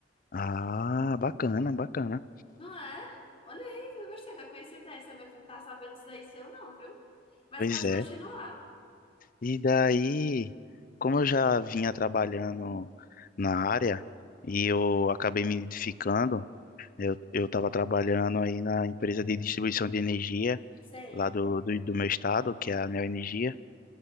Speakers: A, on the left (about 50°); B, on the left (about 30°).
A: Ah, bacana, bacana.
B: Não é? Olha aí que eu gostei da coincidência. Meu filho não tá sabendo disso aí seu, não, viu? Mas
A: Pois
B: pode
A: é.
B: continuar.
A: E daí, como eu já vinha trabalhando na área e eu acabei me identificando, eu eu estava trabalhando aí na empresa de distribuição de energia
B: Sei.
A: lá do, do, do meu estado, que é a Neoenergia,